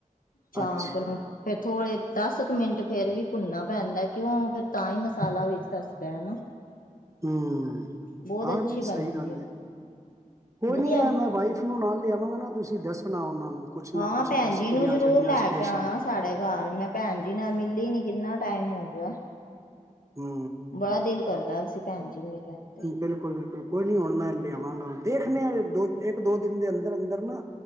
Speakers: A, on the left; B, on the right.
A: ਚਾਂਪ
B: ਅੱਛਾ
A: ਨੂੰ ਫੇਰ ਥੋੜੇ ਦੱਸ, ਇੱਕ ਮਿੰਟ ਫੇਰ ਵੀ ਭੁੰਨਨਾ ਪੈਂਦਾ ਕਿਉਂ ਫਿਰ ਤਾਂ ਹੀ ਮਸਾਲਾ ਵਿੱਚ ਦੱਸਦਾ ਹੈ।
B: ਹੂੰ,
A: ਬਹੁਤ
B: ਆਹ
A: ਅੱਛੀ
B: ਨਹੀਂ
A: ਬਣਦੀ
B: ਸਹੀ ਗੱਲ
A: ਹੈ
B: ਕੋਈ
A: ਵਧੀਆ
B: ਨੀ ਆ, ਮੈਂ ਵਾਈਫ- ਉਸ ਨੂੰ ਨਾਲ ਲਿਆਵਾਂਗੇ, ਨਾ ਤੁਸੀਂ ਦੱਸਣਾ ਉਹਨਾਂ ਨੂੰ ਕੁਛ ਨਾ
A: ਹਾਂ
B: ਕੁਛ
A: ਭੈਣ
B: ਰੈਸਪੀਆਂ
A: ਜੀ ਨੂੰ ਜਰੂਰ
B: ਜਿਹੜੀਆਂ
A: ਲੈ
B: ਸਪੈਸ਼ਲ
A: ਕੇ ਆਉਣਾ ਸਾਡੇ ਘਰ ਮੈਂ, ਭੈਣ ਜੀ ਨਾਲ ਮਿਲੀ ਨੀ ਕਿੰਨਾ ਟਾਈਮ ਹੋ ਗਿਆ।
B: ਹੂੰ,
A: ਬੜਾ ਦਿਲ ਕਰਦਾ ਸੀ ਭੈਣ ਜੀ ਮਿਲਣ ਤੇ
B: ਬਿਲਕੁਲ -ਬਿਲਕੁਲ ਕੋਈ ਨੀ ਹੁਣ ਮੈਂ ਲਿਆਵਾਂਗਾ, ਦੇਖਣੇ ਹਾਂ ਦੋ ਇੱਕ ਦੋ ਦਿਨ ਦੇ ਅੰਦਰ- ਅੰਦਰ ਨਾ